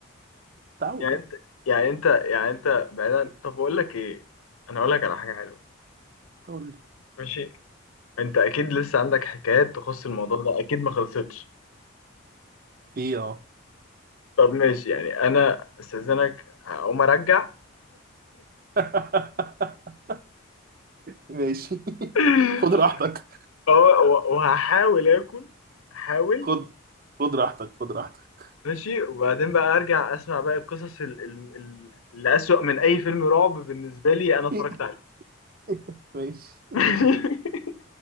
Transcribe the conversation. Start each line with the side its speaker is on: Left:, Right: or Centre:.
Right: تعود
Left: يعني
Right: بقى
Left: انت يعني انت يعني انت بعيدا طب اقول لك ايه انا اقول لك على حاجه حلوه
Right: قول لي.
Left: ماشي انت اكيد لسه عندك حكايات تخص الموضوع ده اكيد ما خلصتش
Right: في ايه؟ اه
Left: طب ماشي يعني انا استاذنك هقوم ارجع
Right: <laughs> ماشي <laughs>
Left: <laughs>
Right: خد راحتك
Left: وه- وهحاول اكل هحاول
Right: خد خد راحتك خد راحتك
Left: ماشي وبعدين بقى ارجع اسمع باقي القصص ال- ال- ال- اللي اسوأ من اي فيلم رعب بالنسبه لي انا اتفرجت
Right: <laughs>
Left: عليه
Right: ماشي
Left: <laughs>